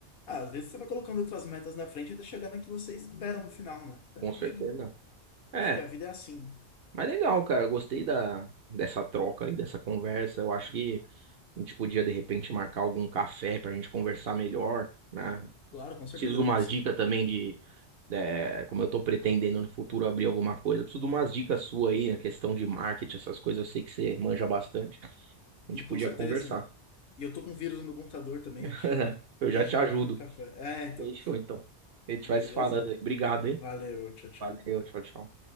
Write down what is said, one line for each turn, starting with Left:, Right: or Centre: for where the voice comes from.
Left: Ah, às vezes você vai colocando outras metas na frente até chegar na que você espera no final, né? É,
Right: Com certeza.
Left: Acho que,
Right: É,
Left: acho que a vida é assim. né?
Right: mas legal, cara, eu gostei da, dessa troca aí, dessa conversa, eu acho que. A gente podia, de repente, marcar algum café pra gente conversar melhor, né?
Left: Claro, com certeza,
Right: Preciso de umas
Left: vamos
Right: dicas
Left: sim.
Right: também de, é, como eu tô pretendendo no futuro abrir alguma coisa. Preciso de umas dicas suas aí, na questão de marketing, essas coisas, eu sei que você manja bastante. A
Left: E
Right: gente podia
Left: com certeza.
Right: conversar.
Left: E eu tô com vírus no meu computador também,
Right: <laughs>
Left: a gente já, <laughs>
Right: Eu
Left: a
Right: já
Left: gente
Right: te
Left: já
Right: ajudo.
Left: marca um café. É, então.
Right: Fechou, então. A gente
Left: Beleza?
Right: vai se falando aí. Obrigado, hein?
Left: Valeu, tchau, tchau.
Right: Valeu, tchau, tchau.